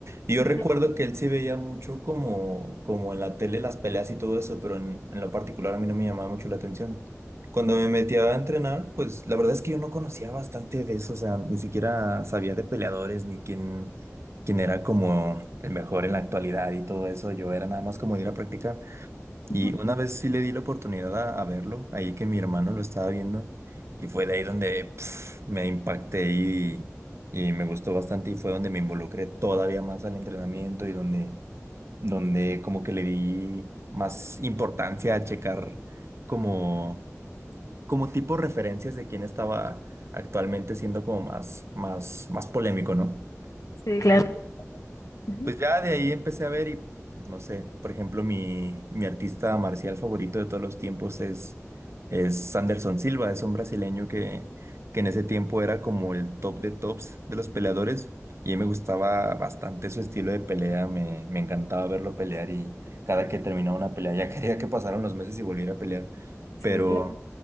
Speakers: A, on the right; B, on the left.
A: Y yo
B: Ok.
A: recuerdo que él sí veía mucho como, como en la tele las peleas y todo eso, pero en, en lo particular a mí no me llamaba mucho la atención. Cuando me metía a entrenar, pues la verdad es que yo no conocía bastante de eso. O sea, ni siquiera sabía de peleadores ni quién, quién era como el mejor en la actualidad y todo eso. Yo era nada más como de ir a practicar. Y
B: Ujú.
A: una vez sí le di la oportunidad a, a verlo, ahí que mi hermano lo estaba viendo, y fue de ahí donde pf, me impacté y, y me gustó bastante y fue donde me involucré todavía más al entrenamiento y donde, donde como que le di más importancia a checar como, como tipo referencias de quién estaba actualmente siendo como más, más, más polémico, ¿no?
B: Sí, claro. Ujú.
A: Pues ya de ahí empecé a ver y, no sé, por ejemplo, mi, mi artista marcial favorito de todos los tiempos es, es Anderson Silva, es un brasileño que, que en ese tiempo era como el top de tops de los peleadores y me gustaba bastante su estilo de pelea, me, me encantaba verlo pelear y cada que terminaba una pelea <laughs> ya quería que pasaran los meses y volviera a pelear,
B: Sí,
A: pero
B: claro.